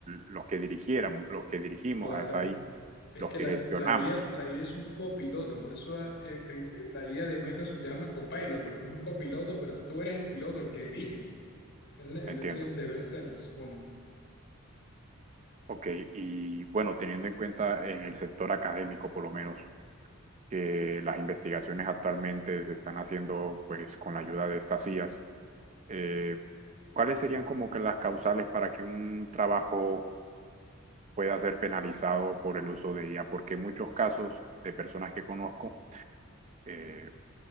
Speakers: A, on the right; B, on the left.
A: los que dirigiéramos, los que dirigimos
B: Claro.
A: a esa isla,
B: Es
A: los
B: que
A: que
B: la,
A: gestionamos,
B: la IA, la IA es un copiloto, por eso a- el- el- la IA de Microsoft se llama copilot, porque es un copiloto, pero tú eres el piloto, el que dirige. O sea, es la- el-
A: entiendo.
B: ese es el deber ser, se supone.
A: Ok, y bueno, teniendo en cuenta en el sector académico, por lo menos, que las investigaciones actualmente se están haciendo pues con la ayuda de estas IAS, eh, ¿cuáles serían como que las causales para que un trabajo pueda ser penalizado por el uso de IA, porque muchos casos de personas que conozco eh,